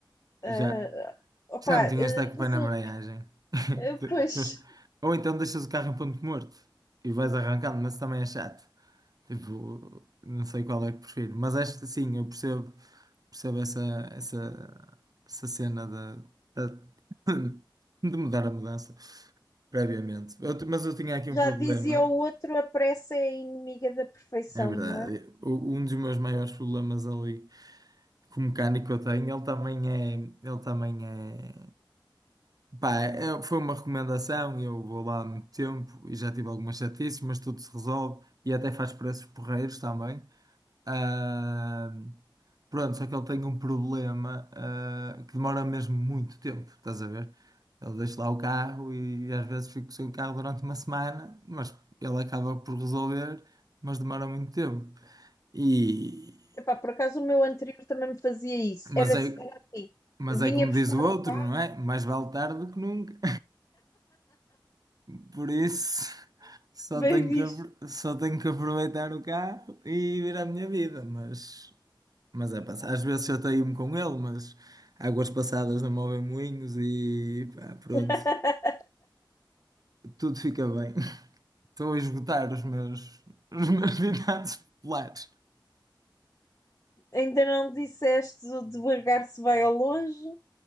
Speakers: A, on the left; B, on the right.
A: Ah,
B: Já,
A: opá,
B: já não tinhas
A: eh,
B: de estar com o
A: resulta.
B: pé na embreagem. <laughs>
A: eh, Pois,
B: Ou então deixas o carro em ponto morto e vais arrancando, mas também é chato. Tipo, não sei qual é que prefiro, mas acho que sim, eu percebo, percebo essa, essa, essa cena da, da- <laughs> de mudar a mudança previamente. Eu t- mas eu tinha aqui
A: já
B: um problema,
A: dizia o outro, a pressa é inimiga da perfeição,
B: é verdade.
A: não é?
B: O- Um dos meus maiores problemas ali com o mecânico que eu tenho, ele também é, ele também é, pá, é- foi uma recomendação, e eu vou lá há muito tempo e já tive algumas chatices, mas tudo se resolve e até faz preços porreiros também. Ah, pronto, só que ele tem um problema, ah, que demora mesmo muito tempo, estás a ver? Ele deixa lá o carro e às vezes fico sem o carro durante uma semana, mas ele acaba por resolver, mas demora muito tempo. E...
A: Epá, por acaso o meu anterior também me fazia isso.
B: Mas
A: Era assim,
B: é,
A: era assim.
B: mas
A: vinha
B: é como
A: buscar
B: diz o outro,
A: o carro,
B: não é? Mais vale tarde do que nunca. <laughs> Por isso, só
A: bem
B: tenho
A: visto.
B: que, apro- só tenho que aproveitar o carro e vir à minha vida, mas Mas é, pá, às vezes chateio-me com ele, mas águas passadas não movem moinhos e pá, pronto,
A: <laughs>
B: tudo fica bem. <laughs> Estou a esgotar os meus, os meus ditados populares.
A: Ainda não disseste o devagar se vai ao longe,